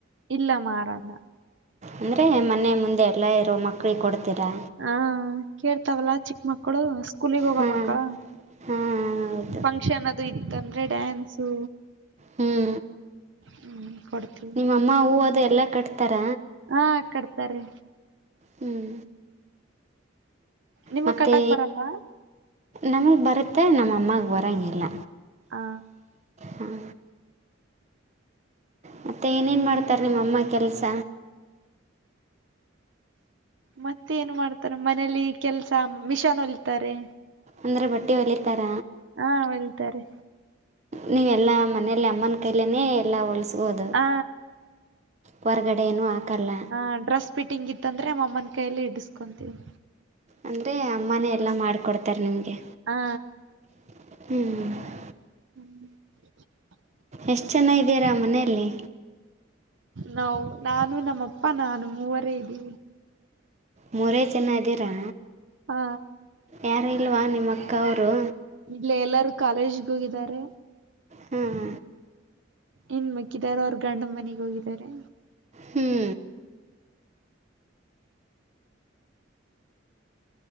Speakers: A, on the right (about 65°); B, on the right (about 35°).
A: ಇಲ್ಲ ಮಾರಲ್ಲ
B: ಅಂದರೆ ಮನೆ ಮುಂದೆ ಎಲ್ಲ ಇರೋ ಮಕ್ಕಳಿಗೆ ಕೊಡ್ತೀರಾ
A: ಹಾ ಕೇಳ್ತಾವಲ್ಲಾ ಚಿಕ್ಕ ಮಕ್ಕಳು ಸ್ಕೂಲಗ್ ಹೋಗ
B: ಹಾಂ
A: ಮಕ್ಕಳ
B: ಹಾಂ ಹೌದು
A: ಫಂಕ್ಷನ್ ಅದು ಇತ್ತಂದ್ರೆ ಡ್ಯಾನ್ಸು
B: ಹ್ಞೂ
A: ಹ್ಮ್ ಕೊಡ್ತೀವಿ
B: ನಿಮ್ಮಮ್ಮ ಹೂ ಅದು ಎಲ್ಲಾ ಕಟ್ತಾರ
A: ಹಾ ಕಡ್ತಾರೀ
B: ಹ್ಮ್
A: ನಿಮಗ್
B: ಮತ್ತೆ
A: ಕಟ್ಟಕ್ ಬರಲ್ವಾ
B: ನಮಗ್ ಬರುತ್ತೆ ನಮ್ಮಅಮ್ಮಾಗ ಬರಂಗಗೆಲ್ಲ
A: ಹಾ
B: ಹ್ಮ ಮತ್ತೆ ಏನೇನು ಮಾಡ್ತಾರೆ ನಿಮ್ಮಮ್ಮ ಕೆಲಸ
A: ಮತ್ತೆ ಏನ್ ಮಾಡ್ತಾರೆ ಮನೇಲಿ ಕೆಲ್ಸ ಮಿಷನ್ ಹೊಲ್ತಾರೆ
B: ಅಂದ್ರೆ ಬಟ್ಟೆ ಹೊಲತಾರ
A: ಹಾ ಹಲ್ತಾರೆ
B: ನೀವೆಲ್ಲಾ ಮನಲಿ ಅಮ್ಮನ ಕೈಲನೆ ಎಲ್ಲ ಹೊಲಸ್ಬೋದು
A: ಹ
B: ಹೊರ ಹೊಗಡೆಯನುೂ ಹಾಕಲ್ಲ
A: ಹಾ ಡ್ರೆಸ್ ಫಿಂಗ್ ಇತ್ತ ಅಂದ್ರೆ ನಮ್ಮನ ಕೈಯಲ್ಲಿ ಇಡಸ್ಕೊಂತೀವಿ
B: ಅಂದ್ರೆ ಅಮ್ಮನೇ ಎಲ್ಲ ಮಾಡಕೊಡ್ತಾರೆ ನಿಮಗೆ
A: ಹಾ
B: ಹ್ಮ್
A: <inaudible>
B: ಎಷ್ಟು ಜನ ಇದ್ದೀರಾ ಮನೆಯಲ್ಲಿ.
A: ನಾವು ನಾನು ನಮ್ಮಪ್ಪ ನಾನು ಮೂವರೇ ಇದೀವಿ.
B: ಮೂರೇ ಜನ ಇದ್ದೀರಾ.
A: ಹಾ
B: ಯಾರು ಇಲ್ವಾ ನಿಮ್ಮ ಅಕ್ಕ ಅವ್ರು
A: ಇಲ್ಲ ಎಲ್ಲಾರೂ ಕಾಲೇಜ್ಗ ಹೋಗಿದ್ದಾರೆ.
B: ಹಾಂ
A: ಇನ್ ಮಿಕ್ಕಿದವರು ಅವರು ಗಂಡನ್ ಮನೆಗ್ ಹೋಗಿದ್ದಾರೆ.
B: ಹ್ಞೂ